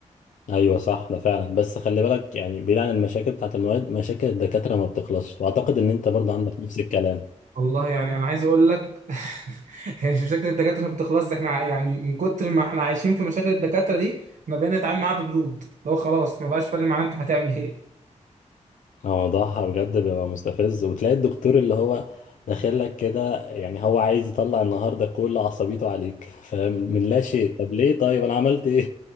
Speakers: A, on the left; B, on the right.
A: ايوه صح ده فعلا بس خلي بالك يعني بعيد عن المشاكل بتاعت المواد مشاكل الدكاتره ما بتخلصش واعتقد ان انت برضه عندك نفس الكلام
B: والله يعني انا عايز اقول لك <laughs> هي مش مشاكل الدكاتره ما بتخلص احنا ع- يعني من كتر ما احنا عايشين في مشاكل الدكاتره دي احنا بقينا نتعامل معاها ببرود لو خلاص ما بقاش فارق معانا انت هتعمل ايه
A: موضوعها بجد بيبقى مستفز وتلاقي الدكتور اللي هو داخل لك كده يعني هو عايز يطلع النهارده كل عصبيته عليك <laughs> فاهم من لا شيء طب ليه طيب انا عملت ايه